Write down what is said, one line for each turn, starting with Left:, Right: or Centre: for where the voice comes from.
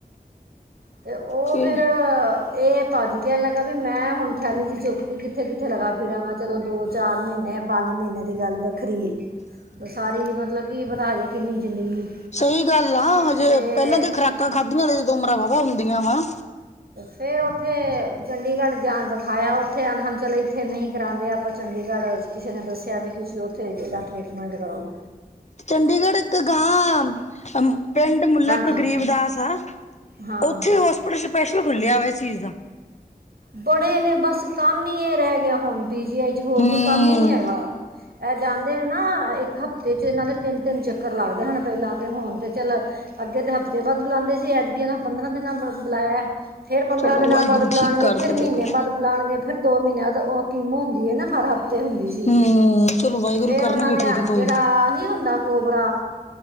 Right: ਅਤੇ ਉਹ
Left: ਕਿ
Right: ਫੇਰ, ਇਹ ਭਾਜੀ ਕਹਿਣ ਲੱਗਾ, ਵੀ ਮੈਂ ਹੁਣ ਥੈਲੀ ਜੀ ਚੁੱਕ ਕੇ ਕਿੱਥੇ ਕਿੱਥੇ ਲਗਾ ਫਿਰਾਂਗਾ ਚਲੋ ਦੋ। ਚਾਰ ਮਹੀਨੇ ਪੰਜ ਮਹੀਨੇ ਦੀ ਗੱਲ ਵੱਖਰੀ, ਤੇ ਸਾਰੀ ਮਤਲਬ ਕਿ, ਪਤਾ ਕਿੰਨੀ ਜ਼ਿੰਦਗੀ।
Left: ਸਈ ਗੱਲ ਆ,
Right: ਅਤੇ
Left: ਹਜੇ ਪੇਲਾਂ ਤਾਂ ਖਰਾਕਾਂ ਖਾਧੀਆਂ ਨੇ, ਜਦੋਂ ਉਮਰਾਂ ਵਾਹਾ ਹੁੰਦੀਆਂ ਵਾ।
Right: ਫੇਰ ਔਥੇ ਚੰਡੀਗੜ੍ਹ ਜਾਣ ਵੇਖਾਇਆ ਔਥੇ, ਆਂ ਚਲ ਏਥੇ ਨਈ ਕਰਾਂਦੇ, ਆਪਾਂ ਚੰਡੀਗੜ੍ਹ ਕਿਸੇ ਨੇ ਦੱਸਿਆ ਵੀ, ਤੁਸੀਂ ਔਥੇ ਏਹਦਾ ਟ੍ਰੀਟਮੈਂਟ ਕਰਾਓ।
Left: ਚੰਡੀਗੜ੍ਹ ਇੱਕ ਗਾਂ ਪਿੰਡ ਮੁਲਾਪੁਰ
Right: 'ਚ
Left: ਗਰੀਬ ਦਾਸ ਆ।
Right: ਹਾਂ
Left: ਉੱਥੇ ਹੋਸਪਿਟਲ ਸਪੈਸ਼ਲ ਖੁੱਲਿਆ, ਵਾ ਇਸ ਚੀਜ਼ ਦਾ।
Right: ਬੜੇ ਨੇ ਬਸ ਕੰਮ ਹੀ ਇਹ ਰਹਿ ਗਿਆ, ਹੁਣ ਪੀ ਜੀ ਆਈ ਚ ਹੋਰ
Left: ਹੂੰ,
Right: ਕੋਈ ਕੰਮ ਹੀ ਨਹੀਂ ਹੈਗਾ। ਇਹ ਜਾਂਦੇ ਨੇ ਨਾ ਇੱਕ ਹਫ਼ਤੇ 'ਚ ਇਹਨਾਂ ਦੇ ਤਿੰਨ-ਤਿੰਨ ਚੱਕਰ ਲੱਗਦੇ ਹਨਾ, ਪਹਿਲਾਂ ਤਾਂ ਹੁਣ ਤਾਂ ਚੱਲ ਅੱਗੇ ਤੇ ਹਫ਼ਤੇ ਬਾਅਦ ਬੁਲਾਉਂਦੇ ਸੀ, ਐਦਕੀ ਪੰਦਰਾਂ ਦਿਨਾਂ ਬੁਲਾਇਆ। ਫੇਰ ਪੰਦਰਾਂ
Left: ਚਲੋ
Right: ਦਿਨਾਂ
Left: ਵਾਹਿਗੁਰੂ
Right: ਬਾਅਦ ਬੁਲਾਉਣਗੇ।
Left: ਠੀਕ ਕਰ
Right: ਫਿਰ
Left: ਦੇਵੇ
Right: ਮਹੀਨੇ
Left: ਕੋਈ।
Right: ਬਾਅਦ ਬੁਲਾਉਣਗੇ ਫੇਰ ਦੋ ਮਹੀਨਿਆਂ ਤਾਂ ਉਹ ਕੀਮਤ ਹੁੰਦੀ ਹੈ, ਨਾ ਹਰ ਹਫ਼ਤੇ ਹੁੰਦੀ ਸੀ।
Left: ਹੂੰ,
Right: ਜੀ
Left: ਚਲੋ ਵਾਹਿਗੁਰੂ
Right: ਫੇਰ
Left: ਕਰਨਗੇ
Right: ਉਹਨਾਂ ਨੇ
Left: ਠੀਕ ਕੋਈ
Right: ਜਿਹੜਾ
Left: ਨੀ,
Right: ਨਹੀਂ ਹੁੰਦਾ ਕੋਬਰਾ